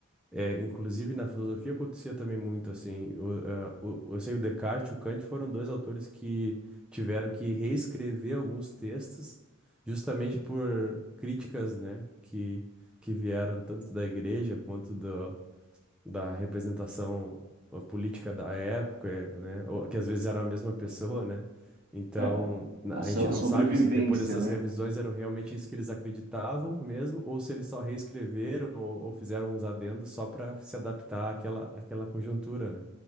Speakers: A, in the centre; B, on the right.
A: é, inclusive na filosofia acontecia também muito assim. O, ah, o- eu sei o Descartes e o Kant foram dois autores que tiveram que reescrever alguns textos justamente por críticas, né, que que vieram tanto da igreja quanto do, da representação uh, política da época, eh, né? Ou, que às vezes era a mesma pessoa, né? Então,
B: É,
A: na-
B: a so-
A: a gente não
B: sobrevivência,
A: sabe se depois dessas
B: né?
A: revisões eram realmente isso que eles acreditavam mesmo, ou se eles só reescreveram ou, ou fizeram uns adendos só para se adaptar àquela, àquela conjuntura, né?